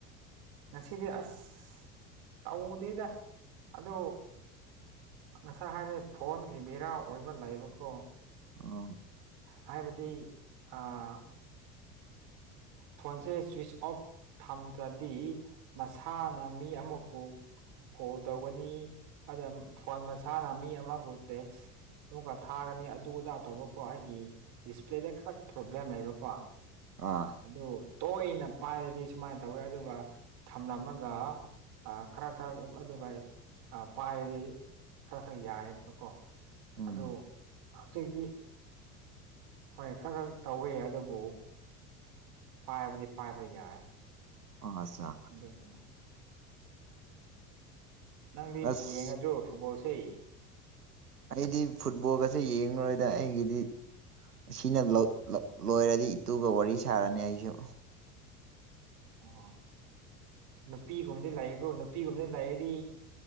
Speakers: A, on the right; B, on the right.
A: ꯉꯁꯤꯗꯤ ꯑꯁ ꯇꯧꯗꯦꯗ ꯑꯗꯣ ꯉꯁꯥꯏ ꯍꯥꯏꯗꯤ ꯐꯣꯟꯒꯤ ꯕꯦꯔꯥ ꯑꯣꯏꯕ ꯂꯩꯕꯀꯣ
B: ꯑꯣ
A: ꯍꯥꯏꯕꯗꯤ ꯑꯥ ꯐꯣꯟꯁꯦ ꯁ꯭ꯋꯤꯤꯁ ꯑꯣꯐ ꯊꯝꯗ꯭ꯔꯗꯤ ꯃꯁꯥꯅ ꯃꯤ ꯑꯃꯈꯎ ꯀꯣꯜ ꯇꯧꯒꯅꯤ ꯑꯗ ꯐꯣꯟ ꯃꯁꯥꯅ ꯃꯤ ꯑꯃꯕꯨ ꯇꯦꯛꯁ ꯑꯃꯨꯛꯀ ꯊꯥꯒꯅꯤ ꯑꯗꯨ ꯑꯗꯥ ꯇꯧꯕꯀꯣ ꯑꯩꯒꯤ ꯗꯤꯁꯄ꯭ꯂꯦꯗ ꯈꯔ ꯄ꯭ꯔꯣꯕ꯭ꯂꯦꯝ ꯂꯩꯕꯀꯣ
B: ꯑꯥ
A: ꯑꯗꯨ ꯇꯣꯏꯅ ꯄꯥꯏꯔꯗꯤ ꯁꯨꯃꯥꯏꯅ ꯇꯧꯋꯦ ꯑꯗꯨꯒ ꯊꯝꯂꯝꯃꯒ ꯈꯔ ꯈꯔ ꯑꯗꯨꯒ ꯄꯥꯏꯔꯗꯤ ꯈꯔ ꯈꯔ ꯌꯥꯏꯑꯕꯀꯣ
B: ꯎꯝ
A: ꯑꯗꯨ ꯍꯧꯖꯤꯛꯇꯤ ꯍꯣꯏ ꯈꯔ ꯈꯔ ꯇꯧꯋꯦ ꯑꯗꯨꯕꯨ ꯄꯥꯏꯕꯗꯤ ꯄꯥꯏꯕ ꯌꯥꯏ
B: ꯑ ꯑꯆꯥ
A: ꯑꯗꯨꯒꯤ ꯅꯪꯗꯤ
B: ꯑꯁ
A: ꯌꯦꯡꯉꯗ꯭ꯔꯣ ꯐꯨꯠꯕꯣꯜꯁꯦ
B: ꯑꯩꯗꯤ ꯐꯨꯠꯕꯣꯜꯒꯁꯦ ꯌꯦꯡꯂꯨꯔꯣꯏꯗ ꯑꯩꯒꯤꯗꯤ ꯑꯁꯤꯅ ꯂꯣꯏꯔꯗꯤ ꯏꯇꯨꯒ ꯋꯥꯔꯤ ꯁꯥꯔꯅꯤ ꯑꯩꯁꯨ
A: ꯑꯣ ꯅꯨꯄꯤꯒꯨꯝꯕꯗꯤ ꯂꯩꯕ꯭ꯔꯣ ꯅꯨꯄꯤꯒꯨꯝꯕꯗꯤ ꯂꯩꯗꯤ